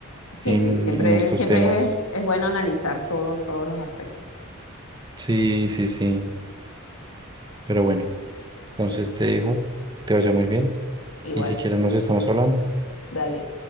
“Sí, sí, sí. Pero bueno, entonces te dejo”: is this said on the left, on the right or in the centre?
Right